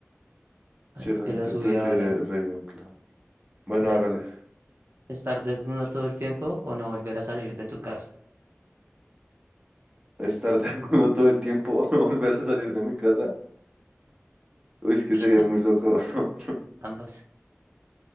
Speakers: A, on the right; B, on the right.
A: sí,
B: Ay, es
A: la
B: que
A: gente
B: la subí
A: prefiere
B: ahora,
A: Ravenclaw. Bueno,
B: ya.
A: hágale.
B: ¿Estar desnudo todo el tiempo o no volver a salir de tu casa?
A: Estar desnudo todo el tiempo <laughs> o no volver a salir de mi casa. Uy, es que
B: <laughs>
A: sería muy loco. <laughs>
B: Ambas,